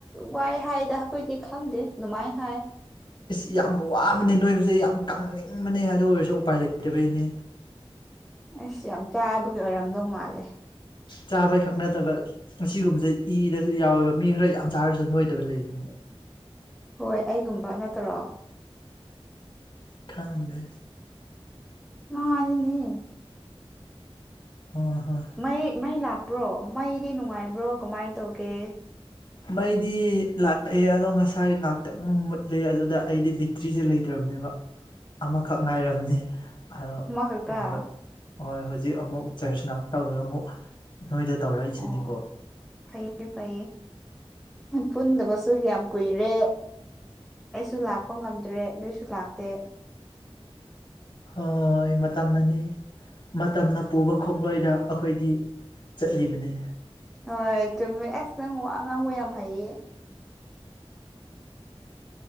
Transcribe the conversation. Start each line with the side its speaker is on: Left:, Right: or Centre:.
Centre: ꯋꯥꯏ ꯍꯥꯏꯗ ꯑꯩꯈꯣꯏꯗꯤ ꯈꯪꯗꯦ ꯗꯨꯃꯥꯏ ꯍꯥꯏ
Left: ꯏꯁ ꯌꯥꯝ ꯋꯥꯕꯅꯦ ꯅꯣꯏꯕꯁꯦ ꯌꯥꯝ ꯀꯪꯅꯤꯡꯕꯅꯦ ꯑꯗꯨ ꯑꯣꯏꯔꯁꯨ ꯎꯄꯥꯏ ꯂꯩꯇꯕꯩꯅꯦ
Centre: ꯑꯩꯁ ꯌꯥꯝ ꯆꯥꯕꯒꯤ ꯑꯣꯏꯔꯝꯗꯧ ꯃꯥꯜꯂꯦ
Left: ꯆꯥꯕꯩꯈꯛ ꯅꯠꯇꯕ ꯑꯁꯤꯒꯨꯝꯕꯁꯦ ꯏꯗꯁꯨ ꯌꯥꯎꯋꯦꯕ ꯃꯤ ꯈꯔ ꯌꯥꯝ ꯆꯥꯔꯁꯨ ꯅꯣꯏꯗꯕ ꯂꯩꯕꯅꯦ
Centre: ꯍꯣꯏ ꯑꯩꯒꯨꯝꯕ ꯅꯠꯇ꯭ꯔꯣ
Left: ꯈꯪꯗꯦ
Centre: ꯃꯥꯅꯤꯅꯦ
Left: ꯍꯣꯏ ꯍꯣꯏ
Centre: ꯃꯩ ꯃꯩ ꯂꯥꯛꯄ꯭ꯔꯣ ꯃꯩꯗꯤ ꯅꯨꯡꯉꯥꯏꯕ꯭ꯔꯣ ꯀꯃꯥꯏ ꯇꯧꯒꯦ
Left: ꯃꯩꯗꯤ ꯂꯥꯛꯑꯦ ꯑꯗꯣ ꯉꯁꯥꯏ ꯉꯥꯛꯇꯪ ꯃꯨꯠꯂꯦ ꯑꯗꯨꯗ ꯑꯩꯗꯤ ꯕꯦꯇ꯭ꯔꯤꯁꯦ ꯂꯩꯇ꯭ꯔꯕꯅꯦꯕ ꯑꯃꯈꯛ ꯉꯥꯏꯔꯝꯅꯦ <unintelligible>
Centre: ꯑꯃꯈꯛꯇ
Left: ꯍꯣꯏ ꯍꯧꯖꯤꯛ ꯑꯃꯨꯛ ꯆꯔꯆ ꯉꯥꯛ ꯇꯧꯔꯒ ꯑꯃꯨꯛ ꯅꯣꯏꯗ ꯇꯧꯔꯛꯏꯁꯤꯅꯤꯀꯣ
Centre: ꯑꯣ ꯐꯩꯌꯦ ꯐꯩꯌꯦ ꯄꯨꯟꯗꯕꯁꯨ ꯌꯥꯝ ꯀꯨꯏꯔꯦ ꯑꯩꯁꯨ ꯂꯥꯛꯄ ꯉꯝꯗ꯭ꯔꯦ ꯅꯣꯏꯁꯨ ꯂꯥꯛꯇꯦ
Left: ꯍꯣꯏ ꯃꯇꯝꯅꯅꯦ ꯃꯇꯝꯅ ꯄꯨꯕ ꯈꯣꯡꯂꯣꯏꯗ ꯑꯈꯣꯏꯗꯤ ꯆꯠꯂꯤꯕꯅꯤ
Centre: ꯍꯣꯏ ꯆꯨꯝꯃꯦ ꯑꯁ ꯅꯪ ꯋꯥ ꯑꯉꯥꯡꯕ ꯌꯥꯝ ꯍꯥꯏꯌꯦ